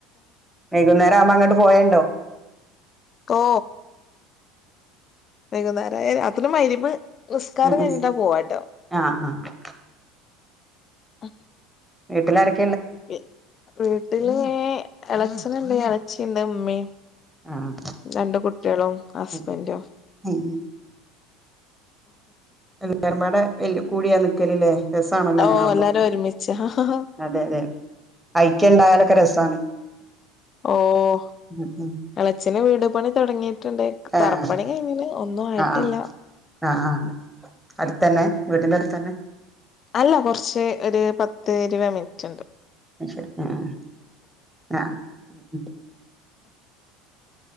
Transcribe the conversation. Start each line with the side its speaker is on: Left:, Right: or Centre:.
Centre: വൈകുന്നേരം ആവുമ്പോ അങ്ങോട്ട് പോയല്ലോ
Left: ഓ വൈകുന്നേരം അതിന് <unintelligible> നിസ്കാാരം
Centre: ഉം
Left: കഴിഞ്ഞിട്ടാ
Centre: ഉം
Left: പോവാട്ടോ
Centre: ആഹ് ആഹ്
Left: <inaudible>
Centre: വീട്ടില <inaudible>
Left: വീ, വീട്ടില് എളച്ചനുണ്ട് എളച്ചിണ്ട് ഉമ്മി
Centre: ആഹ്
Left: രണ്ട് കുട്ടികളും ഹസ്ബൻന്റും
Centre: ഉം ഉം ല്ലാരും പാടെ എൽ കൂടിയാ നിക്കലില്ലേ. രസാണല്ലോ
Left: ഓഹ്
Centre: അങ്ങനെ ആവുമ്പോ
Left: എല്ലാരും ഒരുമിച്ച് അഹ ഹാ
Centre: അതെ അതെ ഐക്യം ഉണ്ടായാലൊക്കെ രസാണ്
Left: ഓഹ്
Centre: ഉം ഉം
Left: ഇളച്ചന് വീടു പണി തൊടങ്ങീട്ടുണ്ട്.
Centre: ആഹ്
Left: തറപ്പണി കഴിഞ്ഞിണ് ഒന്നും ആയിട്ടില്ല.
Centre: ആഹ് ആഹ് അടുത്തന്നെ വീടിന്റെ അടുത്തന്നെ?
Left: അല്ല കുറച്ച് ഒര് പത്ത് ഇരുപ മിനിറ്റുണ്ട്.
Centre: ശരി ആഹ് ആഹ് ഉ ഉം